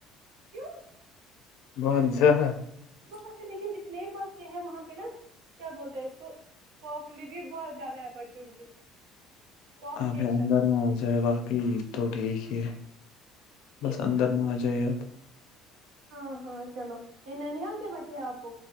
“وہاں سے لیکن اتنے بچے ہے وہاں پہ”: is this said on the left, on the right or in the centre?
Right